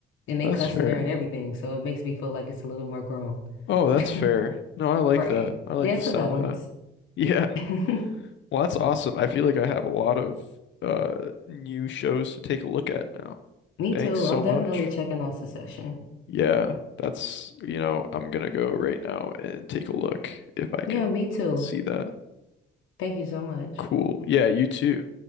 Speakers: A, on the left; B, on the left.
A: And they
B: That's
A: cuss
B: fair.
A: in there and everything. So it makes me feel like it's a little more grown.
B: Oh, that's
A: <laughs>
B: fair. No, I like
A: Right.
B: that. I like
A: Yeah,
B: the
A: it's
B: sound
A: a balance.
B: of that. Yeah.
A: <laughs>
B: Well, that's awesome. I feel like I have a lot of uh new shows to take a look at now.
A: Me
B: Thanks
A: too.
B: so
A: I'm definitely
B: much.
A: checking out Succession.
B: Yeah, that's, you know, I'm gonna go right now and take a look if I
A: Yeah,
B: can
A: me too.
B: see that.
A: Thank you so much.
B: Cool. Yeah, you too.